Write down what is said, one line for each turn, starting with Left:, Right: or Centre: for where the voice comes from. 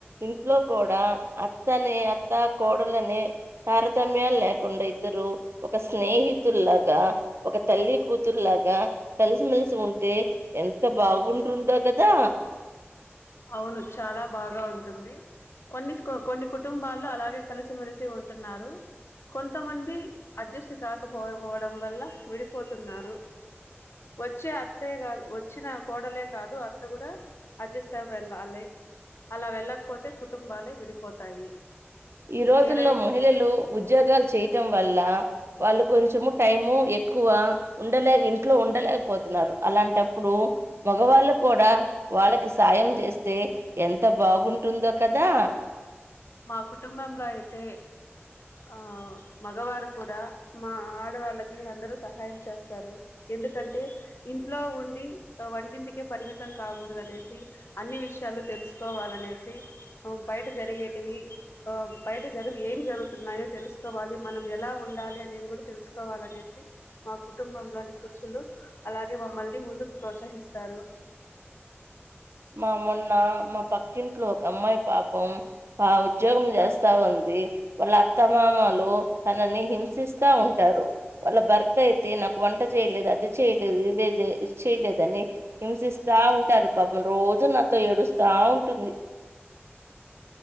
Right: ఇంట్లో కూడా అత్తనే అత్త కోడలనే తారతమ్యాలు లేకుండా ఇద్దరు ఒక స్నేహితుల్లాగా ఒక తల్లి కూతుర్లాగా కలిసిమెలిసి ఉం టే ఎంత బాగుంటుందో కదా
Left: అవును చాలా బాగా ఉంటంది కొన్ని కొన్ని కుటుంబాల్లో అలాగే కలిసిమెలిసి ఉంటున్నారు కొంతమంది అడ్జస్ట్ కాకపోపోవడం వల్ల విడిపోతున్నారు వచ్చే అత్తే కాదు వచ్చిన కోడలే కాదు అత్త కూడా అడ్జస్ట్ అవ్ వెళ్ళాలి అలా వెళ్ళకపోతే కుటుంబాలే విడిపోతాయి
Right: ఈ రోజుల్లో
Left: ఏదై
Right: మహిళలు ఉద్యోగాలు చేయటం వల్ల వాళ్ళు కొంచము టైము ఎక్కువ ఉండలేక ఇంట్లో ఉండలేకపోతున్నారు అలాంటప్పుడు మగవాళ్ళు కూడా వాళ్ళకి సాయం చేస్తే ఎంత బాగుంటుందో కదా
Left: మా కుటుంబంలో అయితే ఆ మగవారు కూడా మా ఆడవాళ్ళకి అందరూ సహాయం చేస్తారు ఎందుకంటే ఇంట్లో ఉండి వంటింటికే పరిమితం కాకూడదనేసి అన్ని విషయాలు తెలుసుకోవాలనేసి ఆ బయ టు జరిగేటివి ఆ బయట జరుగు ఏం జరుగుతున్నాయో తెలుసుకోవాలి మనం ఎలా ఉండాలి అనేది కూడా తెలుసుకోవాలనేసి మా కుటుంబంలోని పురుషులు అలాగే మమ్మల్ని ముందుకు ప్రోత్సహిస్తారు
Right: మా మొన్న మా పక్కింట్లో ఒక అమ్మాయి పాపం బా ఉద్యోగం చేస్తా ఉంది వాళ్ళ అత్త మామలు తనని హింసిస్తా ఉంటారు వాళ్ళ భర్తయితే నాకు వంట చేయలేదు అది చేయలేదు ఇది ఇది చేయలేదని హింసిస్తా ఉంటారు త <unintelligible> రోజూ నాతో ఏడుస్తా ఉంటుంది